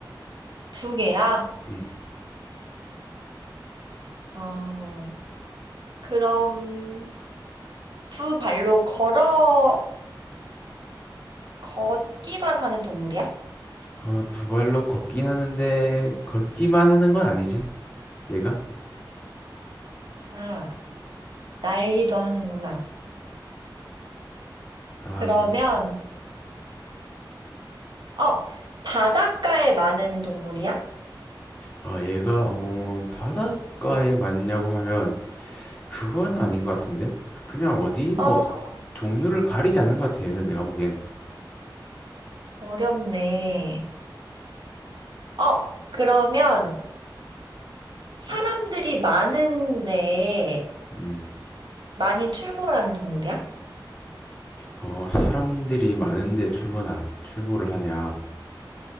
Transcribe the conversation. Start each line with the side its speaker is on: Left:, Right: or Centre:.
Right: 두개야
Left: 음.
Right: 어, 그럼 두 발로 걸어 걷기만 하는 동물이야?
Left: 어, 두 발로 걷긴 하는데, 걷기만 하는 건 아니지, 얘가?
Right: 아, 날기도 하는구나.
Left: 아,
Right: 그러면
Left: 뭐.
Right: 어, 바닷가에 많은 동물이야?
Left: 아, 얘가, 어, 바닷가에 맞냐고 하면, 그건 아닌 것 같은데? 그냥 어디, 뭐,
Right: 어,
Left: 종류를 가리지 않는 것 같아, 얘는 내가 보기엔.
Right: 어렵네. 어, 그러면 사람들이 많은데
Left: 음.
Right: 많이 출몰하는 동물이야?
Left: 어, 사람들이 많은데 출몰하라, 출몰을 하냐.